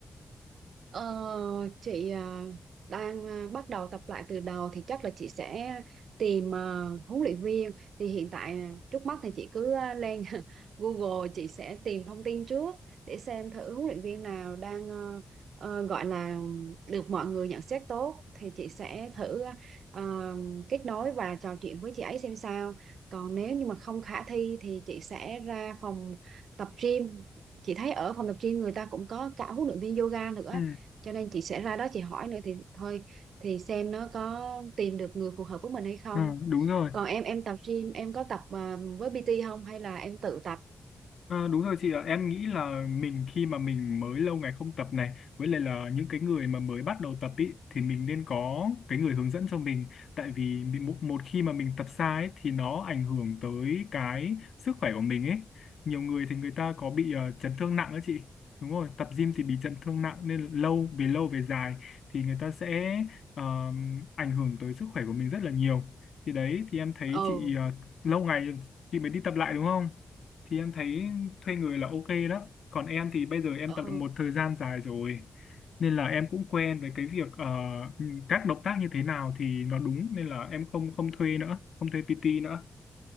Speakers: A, on the right; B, on the left.
A: Ờ, chị à, đang à, bắt đầu tập lại từ đầu thì chắc là chị sẽ tìm à, huấn luyện viên thì hiện tại à, trước mắt thì chị cứ à, lên <laughs> Google chị sẽ tìm thông tin trước để xem thử huấn luyện viên nào đang ờ, ờ, gọi là được mọi người nhận xét tốt thì chị sẽ thử à, ờ, kết nối và trò chuyện với chị ấy xem sao còn nếu như mà không khả thi thì chị sẽ ra phòng tập gym chị thấy ở phòng tập gym người ta cũng có cả huấn luyện viên yoga nữa
B: Ừ,
A: cho nên chị sẽ ra đó chị hỏi nữa thì thôi thì xem nó có tìm được người phù hợp với mình hay không
B: ừ đúng rồi
A: còn em em tập gym em có tập à, với PT không hay là em tự tập
B: Ờ, đúng rồi chị ạ, em nghĩ là mình khi mà mình mới lâu ngày không tập này, với lại là những cái người mà mới bắt đầu tập ý, thì mình nên có cái người hướng dẫn cho mình. Tại vì mình- một, một khi mà mình tập sai ấy, thì nó ảnh hưởng tới cái sức khỏe của mình ấy. Nhiều người thì người ta có bị ờ, chấn thương nặng đó chị. Đúng rồi, tập gym thì bị chấn thương nặng nên lâu, về lâu về dài thì người ta sẽ ờ, ảnh hưởng tới sức khỏe của mình rất là nhiều. Thì đấy, thì em thấy
A: ừ
B: chị ờ, lâu ngày chị mới đi tập lại đúng không? thì em thấy thuê người là ok đó còn em thì bây giờ em
A: ừ
B: tập được một thời gian dài rồi nên là em cũng quen với cái việc ờ, các động tác như thế nào thì nó đúng nên là em không không thuê nữa không thuê PT nữa